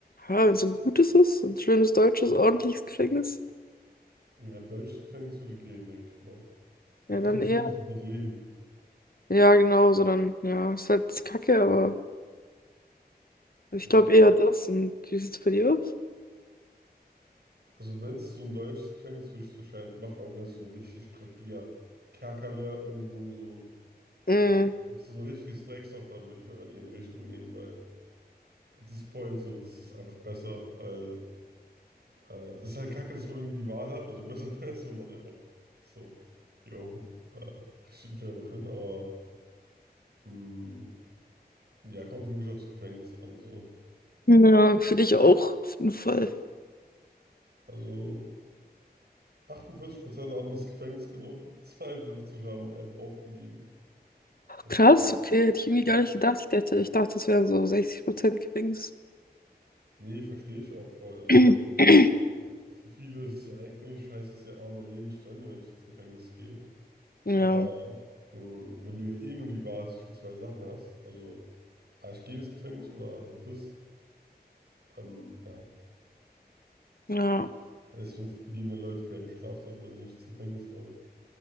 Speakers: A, on the left; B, on the right.
A: ja, wenn es ein gutes ist, ein schönes deutsches, ordentliches Gefängnis,
B: Ja, deutsches Gefängnis würde gehen, denke ich mal. Weil
A: ja,
B: da
A: dann
B: kannst
A: eher.
B: du wenigstens noch leben.
A: Ja, genau. So dann, ja, ist halt Kacke, aber ich
B: Ja.
A: glaube eher das. Und wie sieht's bei dir aus?
B: Also wenn es so ein deutsches Gefängnis ist, würde ich es wahrscheinlich machen, aber wenn es so ein richtig dreckiger Kerker wäre, irgendwo so,
A: Mm.
B: äh, und es ist so ein richtiges Drecksloch, dann würde ich einfach die Hinrichtung nehmen, weil at this point so, das ist einfach besser, weil äh, es ist halt kacke, dass man irgendwie die Wahl hat. Also besser <laughs> wäre es, wenn man einfach so, yo, äh, richtet mich einfach hin, aber mh, ja, kommt wirklich aufs Gefängnis an, so.
A: Ja, für dich auch, auf jeden Fall.
B: Also 48% haben das Gefängnis genommen, <laughs> 52 haben einfach aufgegeben. Und,
A: Krass, okay, hätte ich irgendwie
B: äh,
A: gar nicht gedacht. Ich dachte, ich dachte, das wären so 60% Gefängnis.
B: nee, verstehe ich auch voll. Also
A: <clears throat>
B: du, äh, für viele ist es ja eigentlich, heißt es ja, oh, mein Leben ist zu Ende, wenn ich ins Gefängnis gehe.
A: Ja,
B: Aber mh, wenn du ja eh nur die Wahl zwischen zwei Sachen hast, also ah, ich gehe ins Gefängnis oder halt das, ähm, ja.
A: ja.
B: Deswegen begehen ja Leute keine Straftat, weil sie nicht ins Gefängnis wollen.